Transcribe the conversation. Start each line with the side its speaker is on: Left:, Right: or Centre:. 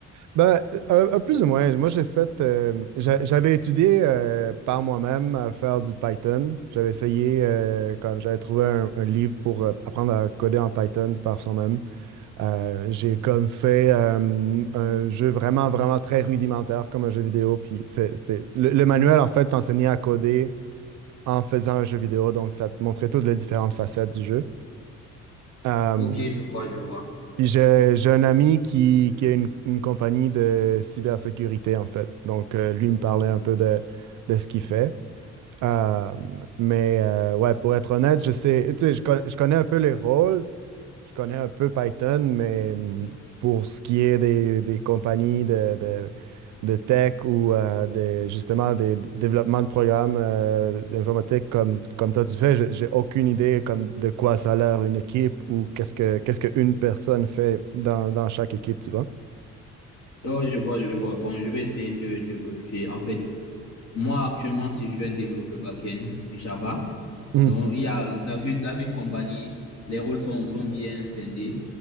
Right: Ben, euh, un, un plus ou moins. Moi, j'ai fait. euh, j'a- j'avais étudié euh, par moi-même à faire du Python. J'avais essayé, euh, comme j'avais trouvé un, un livre pour euh, apprendre à coder en Python par soi-même. Euh, j'ai comme fait euh, un jeu vraiment, vraiment très rudimentaire, comme un jeu vidéo. Puis c'est- c'était le, le manuel, en fait, t'enseignait à coder en faisant un jeu vidéo. Donc, ça te montrait toutes les différentes facettes du jeu. Euh,
Left: Ok, je vois, je vois.
Right: puis j'ai j'ai un ami qui, qui a une, une compagnie de cybersécurité, en fait. Donc, euh, lui me parlait un peu de, de ce qu'il fait. Euh, mais euh, ouais, pour être honnête, je sais, tu sais, je, con- je connais un peu les rôles, je connais un peu Python, mais hum, pour ce qui est des, des compagnies de, de- de tech ou euh, des, justement des développements de programmes euh, d'informatique comme, comme toi tu fais, j'ai j'ai aucune idée comme de quoi ça a l'air une équipe ou qu'est-ce que qu'est-ce qu'une personne fait dans, dans chaque équipe, tu vois.
Left: Oh, je vois, je vois. Bon, je vais essayer de te briefer. En fait, moi, actuellement, si je suis un développeur back-end Java,
Right: Hum,
Left: donc il y a dans une, dans une compagnie, les rôles sont, sont bien scindés.